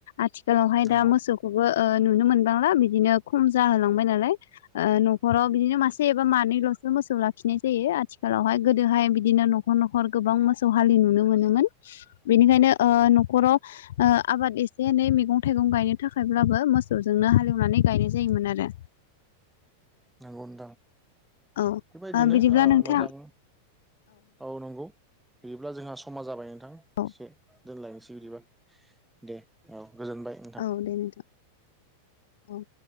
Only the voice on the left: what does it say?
आथिखालावहाय
दा मोसौखौबो नुनो मोनबांला बिदिनो खम जाहोलांबाय नालाय न'खराव बिदिनो मासे एबा मानैलस <unintelligible> ो मोसौ लाखिनाय जायो आथिखाल <unintelligible> आथिखालावहाय गोदोहाय बिदिनो न'खर न'खर गोबां मोसौ हालि नुनो मोनोमोन बेनिखायनो न'खराव <unintelligible> आबाद एसे एनै मैगं थाइगं गायनो थाखायब्लाबो मोसौजोंनो हालेवनानै गायनाय जायोमोन आरो
औ
बिदिब्ला
नोंथां
औ
औ दे नोंथां औ